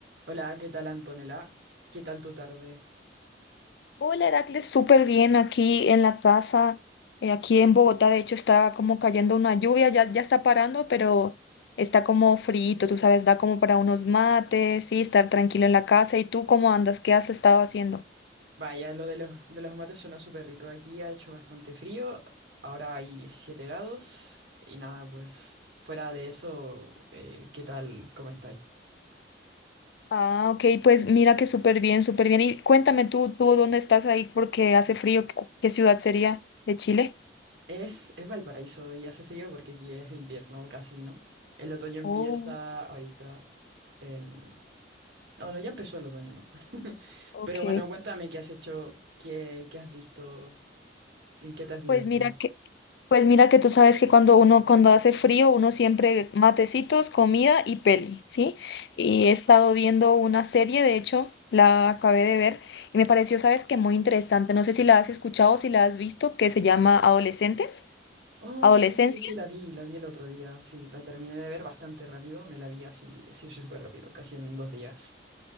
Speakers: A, on the right; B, on the left.
A: Hola, ¿qué tal Antonella? ¿Qué tal tu tarde?
B: Hola Heracles, súper bien aquí en la casa, eh, aquí en Bogotá, de hecho está como cayendo una lluvia, ya, ya está parando, pero está como frito, tú sabes, da como para unos mates y estar tranquilo en la casa. ¿Y tú cómo andas? ¿Qué has estado haciendo?
A: Vaya, lo de los, de los mates suena súper rico. Aquí ha hecho bastante frío, ahora hay 17 grados y nada, pues fuera de eso, eh, ¿qué tal? ¿Cómo estáis?
B: Ah, ok, pues mira que súper bien, súper bien. Y cuéntame tú, tú dónde estás ahí porque hace frío, ¿qué qué ciudad sería de Chile?
A: Es, es Valparaíso y hace frío porque aquí es invierno casi, ¿no? El otoño empieza
B: Oh,
A: ahorita en... No, no, ya empezó el otoño, ¿no? <laughs>
B: ok.
A: Pero bueno, cuéntame qué has hecho, qué, qué has visto, en qué te has divertido.
B: Pues mira que... Pues mira que tú sabes que cuando uno, cuando hace frío, uno siempre matecitos, comida y peli, ¿sí? Y he estado viendo una serie, de hecho, la acabé de ver y me pareció, sabes que muy interesante. No sé si la has escuchado o si la has visto, que se llama Adolescentes,
A: Oh,
B: Adolescencia.
A: sí, sí, sí, la vi, la vi el otro día, sí, la terminé de ver bastante rápido, me la vi así, sí, sí, súper rápido, casi en dos días.